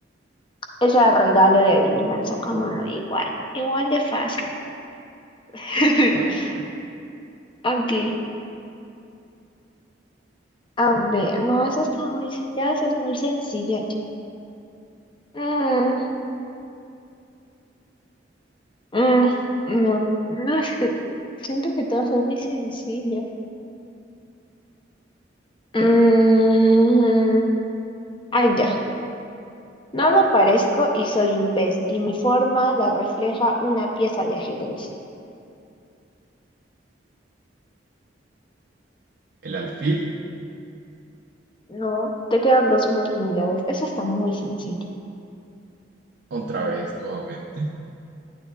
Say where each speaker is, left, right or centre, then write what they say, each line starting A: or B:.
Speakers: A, on the left (about 25°); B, on the right (about 60°).
A: esa regalo de adivinanza con uno igual. Igual de fácil. <laughs>
B: Ah,
A: Ok. A ver, no, eso está muy, ya eso es muy sencilla. ya. Mm, mm, no, no, es que siento que todas son muy sencillas. Mm, ah, ya. No lo parezco y soy un pez, y mi forma la refleja una pieza de ajedrez.
B: el alfil,
A: No, te quedan dos oportunidades. Eso está muy sencillo.
B: otra vez, nuevamente.